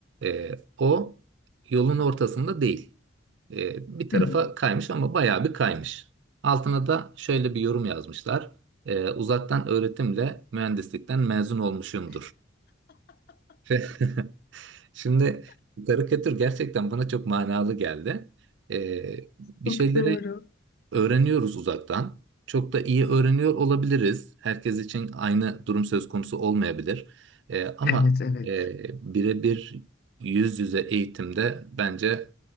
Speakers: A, on the right; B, on the left.
A: E, O yolun ortasında değil. E, bir tarafa
B: Hı hı.
A: kaymış ama bayağı bir kaymış. Altına da şöyle bir yorum yazmışlar. E, uzaktan öğretimle mühendislikten mezun olmuşumdur. Ve <laughs> Şimdi bu karikatür gerçekten bana çok manalı geldi. E, bir
B: Çok
A: şeyleri
B: doğru.
A: öğreniyoruz uzaktan. Çok da iyi öğreniyor olabiliriz. Herkes için aynı durum söz konusu olmayabilir. E, ama
B: Evet, evet.
A: e, birebir yüz yüze eğitimde bence